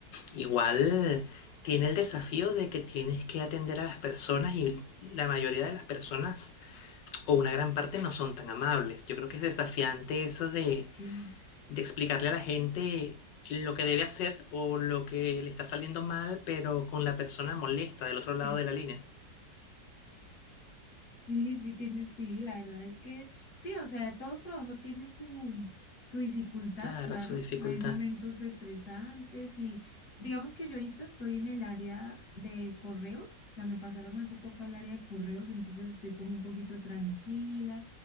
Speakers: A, on the left; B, on the left.
A: igual tiene el desafío de que tienes que atender a las personas y la mayoría de las personas o una gran parte no son tan amables. Yo creo que es desafiante eso de
B: sí,
A: de explicarle a la gente lo que debe hacer o lo que le está saliendo mal, pero con la persona molesta del otro lado
B: sí,
A: de la línea.
B: Sí, sí, tiene, sí, la verdad es que sí, o sea, todo trabajo tiene su, su dificultad,
A: Claro,
B: claro.
A: su dificultad.
B: Hay momentos estresantes y digamos que yo ahorita estoy en el área de correos, o sea, me pasaron hace poco al área de correos, entonces estoy como un poquito tranquila